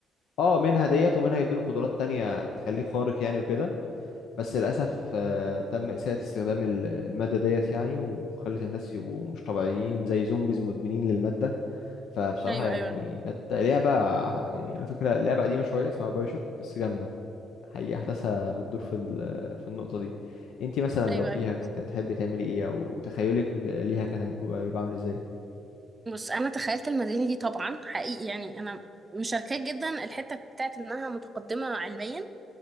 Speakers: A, on the left; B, on the right.
A: اه منها ديت ومنها يدوله قدرات تانية تخليه خارق يعني وكده بس للأسف آه، تم إساءة استخدام ال- المادة ديت يعني وخلت الناس يبقوا مش طبيعيين زي زومبيز مدمنين للمادة فبصراحة
B: ايوه
A: يعني
B: ايوه
A: كانت لعبة يعني على فكرة لعبة قديمة شوية اسمها بايوشوك بس جامدة حقيقة أحداثها بتدور في ال- في النقطة دي انتي مثلا
B: ايوه
A: لو فيها
B: ايوه
A: كنت هتحبي تعملي ايه أو تخيلك ليها كان هيكون يبقى عامل ازاي
B: بص انا تخيلت المدينه دي طبعا حقيقي يعني انا مشاركاه جدا الحته بتاعت انها متقدمه علميا